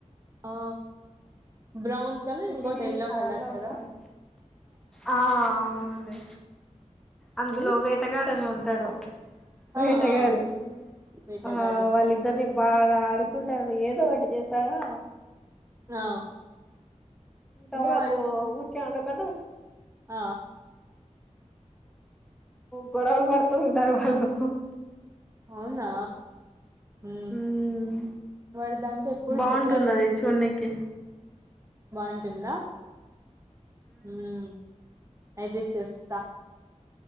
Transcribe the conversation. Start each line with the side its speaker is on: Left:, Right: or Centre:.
Right: ఆ బ్రౌన్ కలర్
Centre: ఖుషి
Right: ఇంకోటి
Centre: టీవ
Right: ఎల్లో
Centre: చాలా
Right: కలర్
Centre: వస్తాను
Right: కదా
Centre: ఆ అవునండి అందులో
Right: ఏంది
Centre: వేటగాడని ఉంటాడు వేటగాడు
Right: ఆ ఆ వేటగాడు
Centre: ఆ వాళ్ళిద్దరిని బాగా ఆడుకుంటారు ఏదో ఒకడ్టి చేశారా
Right: ఆ
Centre: ఇంకా
Right: అంటే
Centre: వాళ్ళు
Right: వాడు
Centre: ఊరికే ఉండకుడా
Right: ఆ
Centre: గొడవలు పడుతూ ఉంటారు వాళ్ళు
Right: అవునా ఉ
Centre: ఉమ్
Right: మరి దాంతో ఎప్పుడు
Centre: బాగుంటుంది
Right: చెట్లన్
Centre: అది చూడ్నికి
Right: బావుంటుందా ఉమ్ అయితేే చూస్తా